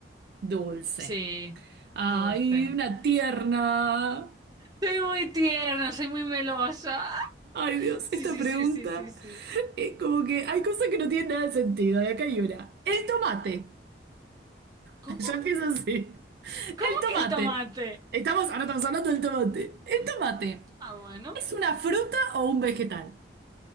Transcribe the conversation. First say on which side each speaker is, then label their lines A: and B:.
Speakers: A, on the right; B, on the right.
A: Dulce.
B: sí,
A: Ay,
B: dulce.
A: una tierna.
B: Soy muy tierna, soy muy melosa.
A: Ay, Dios,
B: Sí,
A: esta
B: sí,
A: pregunta
B: sí, sí, sí, sí.
A: es como que hay cosas que no tienen nada de sentido, y acá hay una. El tomate.
B: ¿Cómo?
A: <laughs> Ya empieza así. El
B: ¿Cómo
A: tomate.
B: que el tomate?
A: Estamos, ahora estamos hablando del tomate. El tomate,
B: Ah, bueno.
A: ¿es una fruta o un vegetal?